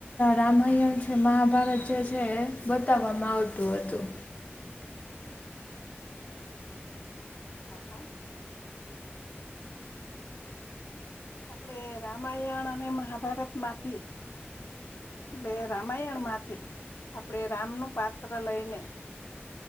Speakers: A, on the left; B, on the left.
A: રામાયણ છે મહાભારત જે છે એ બતાવવામાં આવત ું હતું
B: હા હા આપણેે રામાયણ અને મહાભારત માંથી એટલે રામાયણ માંથી આપણે રામનું પાત્ર લઈને